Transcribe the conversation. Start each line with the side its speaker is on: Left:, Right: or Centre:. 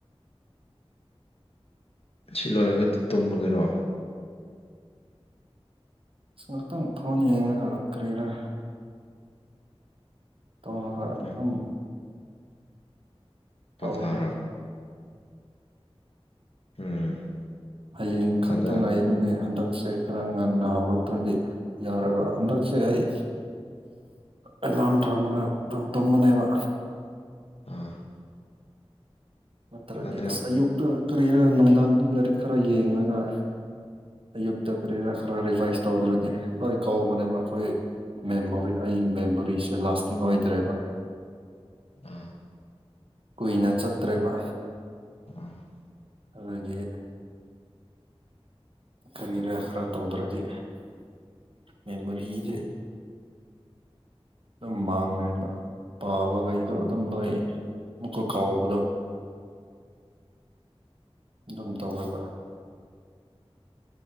Left: ꯁꯤ ꯂꯣꯏꯔꯒꯗꯤ ꯇꯨꯝꯃꯒꯦꯔꯣ꯫
Right: ꯑꯁ ꯉꯍꯥꯛꯇꯪ ꯐꯣꯟ ꯌꯦꯡꯂꯒ ꯀꯔꯤꯔꯥ꯫ ꯇꯧꯔꯒ ꯑꯗꯨꯝ
Left: ꯎꯝ꯫ ꯄꯣꯊꯔꯣ꯫
Right: ꯇꯧꯔꯦ
Left: ꯎꯝ꯫
Right: ꯍꯌꯦꯡ ꯈꯛꯇ
Left: ꯑꯗꯣ
Right: ꯉꯥꯏꯕꯅꯦ ꯍꯟꯗꯛꯁꯦ꯫ ꯈꯔ ꯉꯟꯅ ꯍꯧꯒꯠꯇ꯭ꯔꯗꯤ ꯌꯥꯔꯔꯣꯏ ꯍꯟꯗꯛꯁꯦ ꯑꯩ꯫ ꯑꯦꯂꯥꯔꯝ ꯊꯝꯃꯒ ꯑꯗꯨꯝ ꯇꯨꯝꯕꯅꯦꯕ꯫
Left: ꯎꯝ꯫
Right: ꯅꯠꯇ꯭ꯔꯗꯤ
Left: ꯑꯗꯣ
Right: ꯑꯁ ꯑꯌꯨꯛꯇ ꯀꯔꯤꯔ ꯅꯨꯡꯗꯥꯡꯗ ꯂꯥꯏꯔꯤꯛ ꯈꯔ ꯌꯦꯡꯉꯒ꯫ ꯑꯌꯨꯛꯇ ꯀꯔꯤꯔꯥ ꯈꯔ ꯔꯤꯚꯥꯏꯁ ꯇꯧꯗ꯭ꯔꯗꯤ ꯂꯣꯏ ꯀꯧꯕꯅꯦꯕ ꯑꯩꯈꯣꯏ꯫ ꯃꯦꯃꯣꯔꯤ ꯑꯩ ꯃꯦꯃꯣꯔꯤꯁꯦ ꯂꯥꯁꯇꯤꯡ ꯑꯣꯏꯗ꯭ꯔꯦꯕ꯫
Left: ꯎꯝ꯫
Right: ꯀꯨꯏꯅ ꯆꯠꯇ꯭ꯔꯦꯕ꯫
Left: ꯎꯝ꯫
Right: ꯑꯗꯒꯤ꯫ ꯀꯔꯤꯔ ꯈꯔ ꯇꯧꯗ꯭ꯔꯗꯤ ꯃꯦꯃꯣꯔꯤꯁꯦ ꯑꯗꯨꯝ ꯃꯥꯡꯉꯦꯕ ꯄꯥꯕꯈꯩꯗꯣ ꯑꯗꯨꯝ ꯂꯣꯏ ꯃꯨꯛꯀ ꯀꯥꯎꯕꯗꯣ꯫
Left: <inaudible>
Right: ꯑꯗꯨꯝ ꯇꯧꯑꯦꯕ꯫